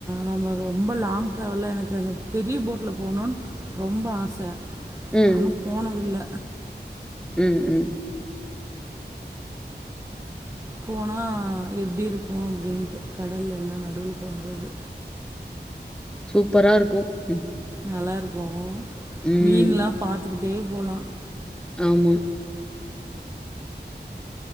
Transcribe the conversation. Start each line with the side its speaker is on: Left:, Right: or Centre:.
Right: நம்ம ரொம்ப லாங் ட்ராவல்ல எனக்கது பெரிய போட்ல போணுன் ரொம்ப ஆச
Centre: ம்.
Right: ஆனா போனதில்ல
Centre: ம் ம்
Right: போனா எப்டி இருக்கு அப்டின்ட்டு கடல்லலா நடுல போம்போது
Centre: சூப்பரா இருக்கு ம்
Right: நல்லாருக்கு
Centre: ம்.
Right: மீன்லா பாத்துகி ட்டே போலா
Centre: ஆமா